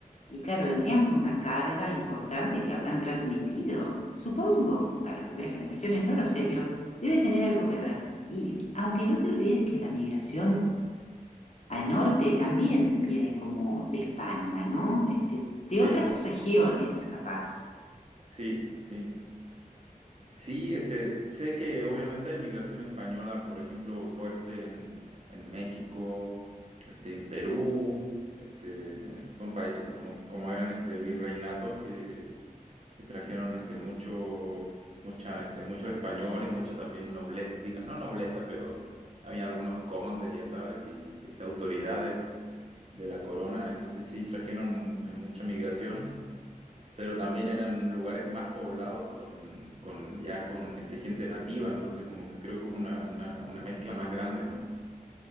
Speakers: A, on the left; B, on the right.
A: y claro, vendrían con una carga importante que habrán transmitido, supongo, a las primeras generaciones, no lo sé, pero debe tener algo que ver. Y aunque no te olvides que la migración al norte también viene como de España, ¿no? Este,
B: sí,
A: de otras regiones, capaz.
B: sí, sí. Sí, este, sé que obviamente hay migración española, por ejemplo, fuerte en, en México, este, en Perú, este, son países como, como eran este, virreinatos que, que trajeron este, mucho, mucha, este, muchos españoles, mucha también nobleza, digan, no nobleza, pero había algunos condes, ya sabes, y este, autoridades de la corona, entonces sí trajeron eh, mucha migración pero también eran lugares más poblados con, con ya con este, gente nativa, entonces como que creo que hubo una, una, una mezcla más grande, ¿no?